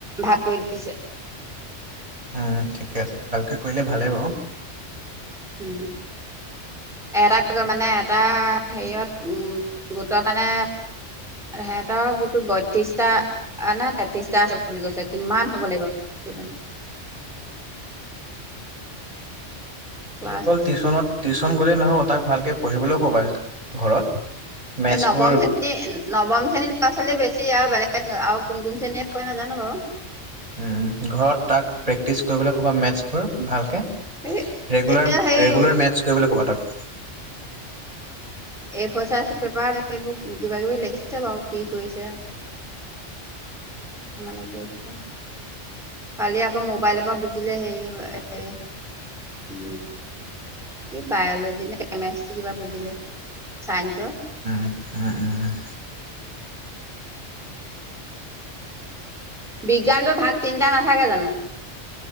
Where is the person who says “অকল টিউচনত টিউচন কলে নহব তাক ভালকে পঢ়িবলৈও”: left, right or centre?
Right